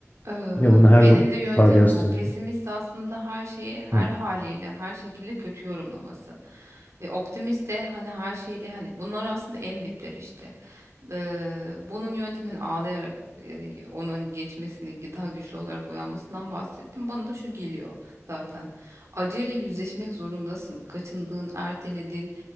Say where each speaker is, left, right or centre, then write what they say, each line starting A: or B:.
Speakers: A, on the right; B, on the left.
A: Eee,
B: Yine bunu
A: Benim
B: her
A: de yöntemim
B: varyasyonda.
A: bu. Pesimist aslında her şeyi her
B: Hı.
A: haliyle, her şekilde kötü yorumlaması. Ve optimist de hani her şeyle hani bunlar aslında en dipleri işte. Eee, bunun yöntemini ağlayarak eee, onun geçmesini daha güçlü olarak uyanmasından bahsettim. Bana da şu geliyor zaten. Acıyla yüzleşmek zorundasın. Kaçındığın, ertelediğin